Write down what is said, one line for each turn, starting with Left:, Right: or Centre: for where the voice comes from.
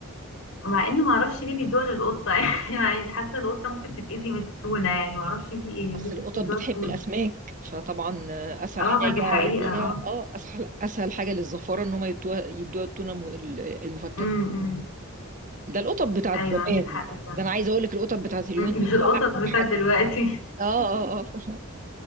Left: مع ان ما اعرفش ليه بيدوها للقطة <laughs> يعني حاسة القطة ممكن تتأذي من التونة يعني ما اعرفش في ايه
Right: أصل
Left: ليه
Right: القطط
Left: بيدوها
Right: بتحب
Left: التونة
Right: الأسماك فطبعا أسهل
Left: اه
Right: حاجة
Left: ما دي حقيقة
Right: ليها
Left: اه
Right: اه أسهل أسهل حاجة للزفارة إن هم يدوها يدوها التونة الم- المفتتة
Left: امم أمم.
Right: ده القطط بتاعت
Left: ايوه
Right: زمان
Left: عندك حق فعلا
Right: ده أنا عايزة أقول لك القطط بتاعت اليومين
Left: م-
Right: دول
Left: مش القطط
Right: بقى
Left: بتاعت
Right: حد
Left: دلوقتي
Right: اه اه اه <laughs>